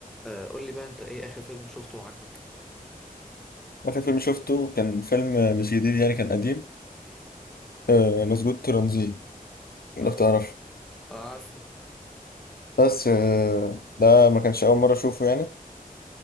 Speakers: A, in the centre; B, on the left.
A: آه، قول لي بقى انت ايه اخر فيلم شفته وعجبك
B: آخر فيلم شفته كان فيلم مش جديد يعني كان قديم آه مسجود ترانزيت لو
A: مظبوط.
B: تعرف
A: آه، عارفه
B: بس آه ده ما كانش أول مرة أشوفه يعني